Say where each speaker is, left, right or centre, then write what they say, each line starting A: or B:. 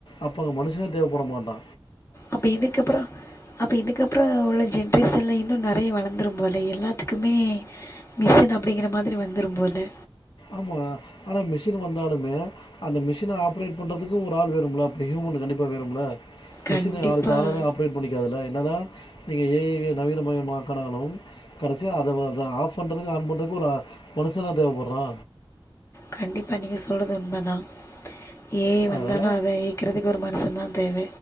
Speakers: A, on the left; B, on the left.
A: அப்பங்க மனுஷனே தேவப்பட மாட்டா
B: அப்ப இதுக்கப்பறோ அப்ப இதுக்கப்பறோ உள்ள ஜென்ரேசன்ல இன்னு நெறைய வளர்ந்துரும்போல எல்லாத்துக்குமே மிசின் அப்டிங்கிற மாதிரி வந்துரும்போல
A: ஆமா ஆனா மிஷின் வந்தாலுமே அந்த மிஷின ஆப்ரேட் பண்றதுக்கு ஒரு ஆள் வேணுமுலா அப்டி ஹியூமன் கண்டிப்பா வேணுமுல மிஷின
B: கண்டிப்பாக
A: அது தானவே ஆப்ரேட் பண்ணிக்காதுல என்னதா நீங்க ஏ ஐ நவீன மயமாக்கனாலு கடைசியா அதை ஆஃப் பண்றதுக்கு ஆன் பண்றதுக்கு ஒரு மனுஷனா தேவப்பட்றா
B: கண்டிப்பா நீங்க சொல்றது உண்மதா ஏ ஐ
A: அதனால
B: வந்தாலு அதை கிறதுக்கு ஒரு மனுஷன் தா தேவ